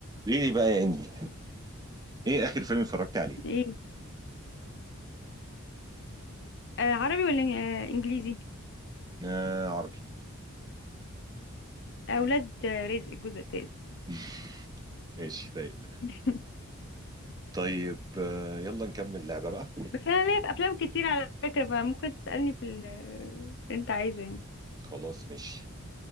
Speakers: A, on the right; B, on the left.
A: ليه بقى يا انجي ايه اخر فيلم اتفرجت عليه
B: ايه آه عربي ولا إن- آه انجليزي
A: آه عربي
B: اولاد آه، رزق الجزء الثالث
A: <laughs> ماشي رايق
B: <laughs>
A: طيب آه يلا نكمل لعبة بقى
B: بس انا ليا في افلام كتير على فكره فممكن تسالني في ال- اللي انت عايزه يعني
A: خلاص ماشي